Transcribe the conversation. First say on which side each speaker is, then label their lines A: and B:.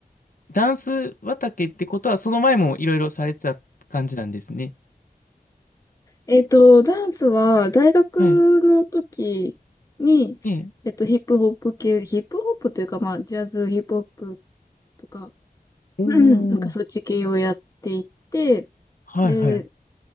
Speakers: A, on the left; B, on the left.
A: ダンス畑ってことは、その前もいろいろされてた感じなんですね。
B: えっと、ダンスは大学の時に、
A: はい。ええ。
B: えっと、ヒップホップ系、ヒップホップというか、まあ、ジャズ、ヒップホップとか、
A: おお、
B: うんなんかそっち系をやっていて、
A: はいはい。
B: で、